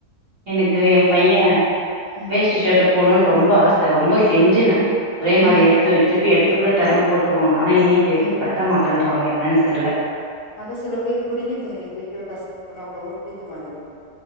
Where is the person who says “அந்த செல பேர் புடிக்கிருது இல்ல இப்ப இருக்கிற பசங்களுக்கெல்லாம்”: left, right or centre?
Left